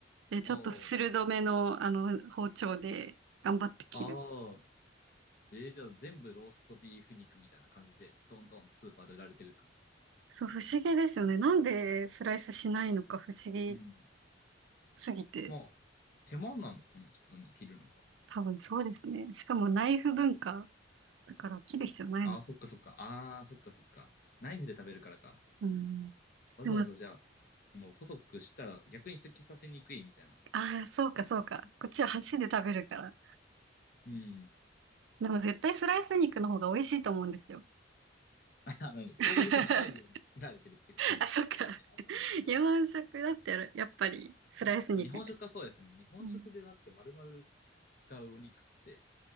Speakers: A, on the right; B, on the left.
A: で、ちょっと鋭めの、
B: おー、
A: あの、包丁で頑張って切る。
B: あー。えー、じゃあ全部ローストビーフ肉みたいな感じで、どんどんスーパーで売られてるってことで。
A: そう、不思議ですよね。なんでスライスしないのか不思議
B: うん。
A: すぎて。
B: まあ、手間なんですかね、普通に切るのが。
A: 多分そうですね。しかもナイフ文化
B: うん。
A: だから切る必要ないのか
B: ああ、そっかそっか。ああ、そっかそっか。ナイフで食べるからか。
A: な。うん。
B: わざわざじゃあ、
A: でも、
B: この細くしたら逆に突き刺せにくいみたいな。
A: ああ、そうかそうか。
B: ですかね。
A: こっちは箸で食べるから。
B: うん。
A: でも絶対スライス肉の方が美味しいと思うんですよ。
B: <laughs> あのそういうふうに合うように作られてるっていう節も、
A: <laughs> あ、そっか。
B: じゃああると思うんですけどね。
A: 日本食だったら、やっぱりスライス肉。
B: まあ、日本食はそうですね。日本食でだって丸々
A: うん。
B: 使うお肉って、